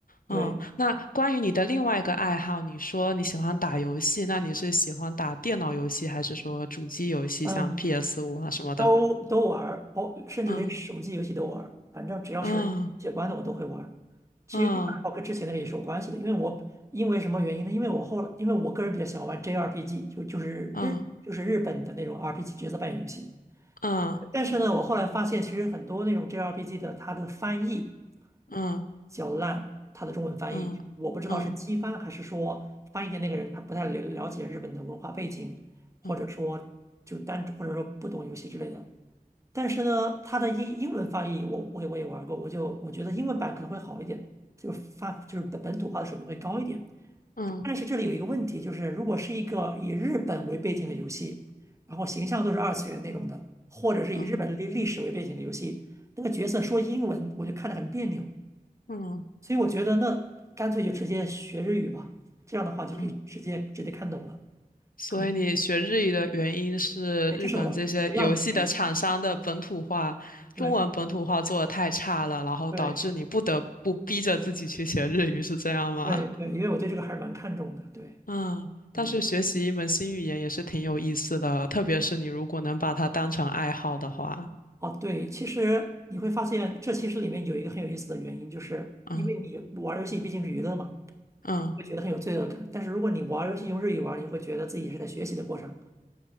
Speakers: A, on the left; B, on the right.
A: 嗯，
B: 对。
A: 那关于你的另外一个爱好，你说你喜欢打游戏，那你是喜欢打电脑游戏，还是说主机游戏，
B: 嗯。
A: 像 p s 五啊什么的？
B: 都都玩儿，包甚至连手机游戏都玩儿，
A: 嗯
B: 反正只要是写关的我都会玩儿。
A: 嗯
B: 其实这个爱好跟之前那个也是有关系的，
A: 嗯
B: 因为我因为什么原因呢？因为我后来因为我个人比较喜欢玩 JRPG，就就是日就是日本的那种
A: 嗯
B: RPG 角色扮演游戏。
A: 嗯
B: 但是呢，我后来发现其实很多那种 JRPG 的它的翻译
A: 嗯
B: 较烂，它的中文翻译我不知道是机翻还是说翻译的那个人他不太了了解日本的文化背景，
A: 嗯嗯
B: 或者说就单或者说不懂游戏之类的。
A: 嗯
B: 但是呢，它的英英文翻译我我也我也玩过，我就我觉得英文版可能会好一点，就是发就是本本土化的水平会高一点。
A: 嗯嗯。
B: 但是这里有一个问题，就是如果是一个以日本为背景的游戏，然后形象都是二次元那种的，或者是以日本的历历史为背景的游戏，
A: 嗯
B: 那个角色说英文我就看着很别扭，
A: 嗯
B: 所以我觉得那干脆就直接学日语吧，这样的话就可以直接直接看懂了，
A: 嗯，所以你学日语的原因是日本这些游戏的厂商的本土化，
B: 可能对，这是我的主要目的。对
A: 中文本土化做的太差了，然后导致你不得不逼着自己去学日语，
B: 对
A: 是这样吗？
B: 对对，因为我对这个还是蛮看重的，对。
A: <laughs> 嗯，但是学习一门新语言也是挺有意思的，
B: 嗯。
A: 特别是你如果能把它当成爱好的话，
B: 哦，对，其实你会发现，这其实里面有一个很有意思的原因，就是因为你玩儿游戏毕竟是娱乐嘛，
A: 嗯嗯，
B: 你会觉得很有罪恶感。但是如果你玩儿游戏用日语玩儿你会觉得自己是在学习的过程，